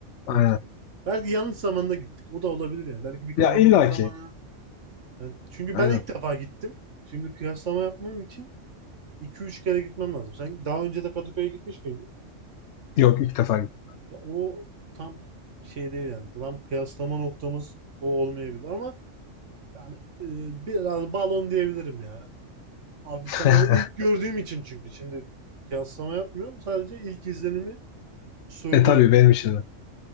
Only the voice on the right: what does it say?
Benim tıklım. Belki yanlış zamanda gittik. O da olabilir yani. Belki bir kalabalık
zamanı. Yani çünkü
ben ilk defa gittim. Şimdi kıyaslama yapmam için iki üç kere gitmem lazım. Sen daha önce de Kadıköy'e gitmiş miydin?
Ya o tam şey değil yani. Tam kıyaslama noktamız o olmayabilir ama yani e, biraz balon diyebilirim ya. Hafiften
o ilk gördüğüm için çünkü şimdi kıyaslama yapmıyorum. Sadece ilk izlenimi söylüyorum.